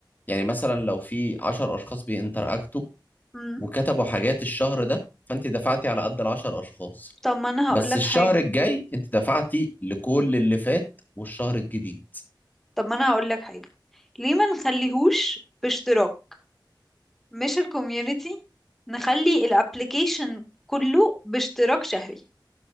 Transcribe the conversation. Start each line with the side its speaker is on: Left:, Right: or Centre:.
Left: يعني مثلا لو في 10 اشخاص بينتراكتوا
Centre: امم
Left: وكتبوا حاجات الشهر ده فانت دفعتي على قد ال 10 اشخاص
Centre: طب ما انا
Left: بس
Centre: هقول لك
Left: الشهر
Centre: حاجة
Left: الجاي انت دفعتي لكل اللي فات والشهر الجديد
Centre: طب ما انا هقول لك حاجة ليه ما نخليهوش باشتراك مش الكوميونتي نخلي الابليكيشن كله باشتراك شهري